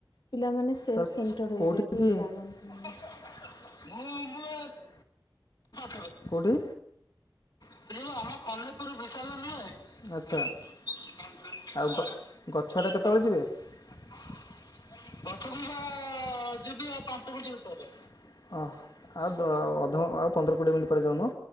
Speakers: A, on the left; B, on the left.
A: ପିଲାମାନେ। ସେଲ୍ଫ୍
B: ସାର୍
A: ସେଣ୍ଟର୍ଡ଼
B: କୋଉଠି
A: ହେଇଯିବ କେବେ
B: କି?
A: ଜାଣନ୍ତେନି।
B: <unintelligible> କେଉଠି। <unintelligible> ଆଉ ଗଛ ଟା କେତେବେଳେ ଯିବେ। ଗଛ କୁ ବା ଯିବି ଆଉ ପାଞ୍ଚ ମିଣ୍ଟି ଭିତରେ। ଅଃ ଆଉ ଅଧ ଆଉ ପନ୍ଦର କୋଡ଼ିଏ ମିନିଟ୍ ପରେ ଯାଉନ।